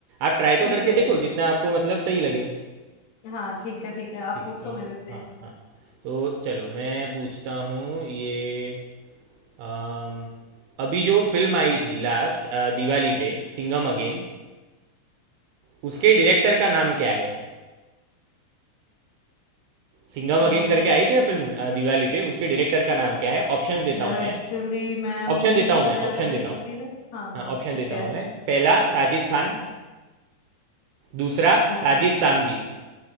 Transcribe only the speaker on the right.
आप ट्राई
तो करके
देखो जितना आपको मतलब सही लगे
ठीक
है तो
हाँ हाँ तो चलो मैं पूछता हूँ ये अम, अभी जो फिल्म आई थी लास्ट दिवाली पे सिंघम अगेन उसके डायरेक्टर का नाम क्या है सिंघम
अगेन करके आई थी ना फिल्म अ, दिवाली पे उसके डायरेक्टर का नाम क्या है ऑप्शंस देता
हूँ
मैं
ऑप्शन देता हूँ मैं
ऑप्शन देता
हूँ
हाँ ऑप्शन
देता
हूँ मैं पहला साजिद खान दूसरा
साजिद सामजी